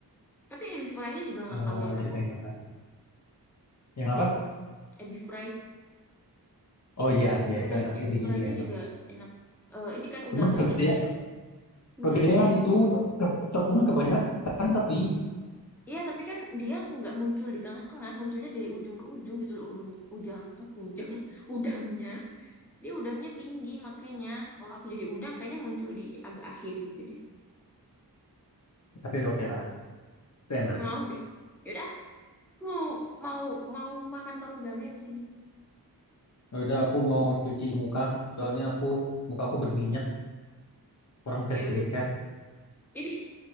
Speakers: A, in the centre; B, on the left.
A: Tapi ebi fry-nya juga nggak
B: Eh,
A: kalah enak
B: jadi
A: kok.
B: pengen makan. Yang apa?
A: Ebi fry,
B: Oh iya,
A: ebi
B: iya
A: fry,
B: itu enak.
A: ebi
B: Ebinya
A: fry-nya
B: juga enak.
A: juga enak. Eh, ini kan
B: Cuman
A: udangnya
B: kegedean,
A: tinggi, udangnya
B: kegedean
A: tinggi.
B: itu te- te- tepungnya kebanyakan kan, tapi
A: Iya, tapi kan dia nggak muncul di tengah-tengah, munculnya dari ujung ke ujung gitu loh, ujung, ujang, ah, ujang, <laughs> udangnya. Dia udangnya tinggi makanya kalau aku jadi udang kayaknya muncul di agak akhir gitu deh.
B: tapi oke lah, itu enak.
A: Mau deh. Yaudah, aku mau mau mau makan marugame abis ini.
B: Ya Udah aku mau cuci muka, soalnya aku muka aku berminyak. Kurang pakai
A: Ya
B: skincare.
A: udah. Ini. <laughs>